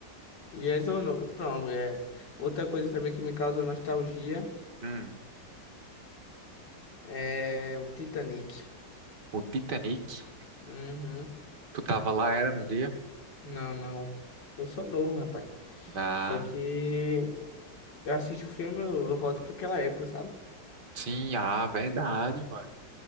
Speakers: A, on the left; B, on the right.
A: Yes ou no. Pronto, é. Outra coisa também que me causou nostalgia
B: Hum.
A: é o Titanic.
B: O Titanic.
A: Uhum.
B: Tu tava lá, era no dia?
A: Não, não. Eu sou novo, rapaz.
B: Ah,
A: Foi que eu assisto o filme, eu, eu volto para aquela época, sabe?
B: sim, ah, verdade, mano.